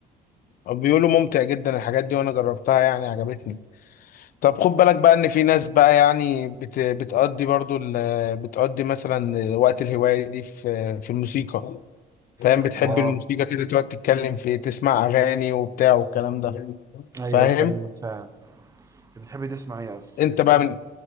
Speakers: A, on the left; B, on the right.
A: بيقولوا ممتع جدا الحاجات دي وانا جربتها يعني عجبتني طب خد بالك بقى ان في ناس بقى يعني بت بتقضي برضو ال- بتقضي مثلا وقت الهواية دي في في الموسيقى فاهم
B: اه
A: بتحب الموسيقى كده تقعد تتكلم في تسمع اغاني وبتاع والكلام ده
B: ايوه
A: فاهم
B: فعلا فعلا انت بتحب تسمع ايه اصلا
A: انت بقى من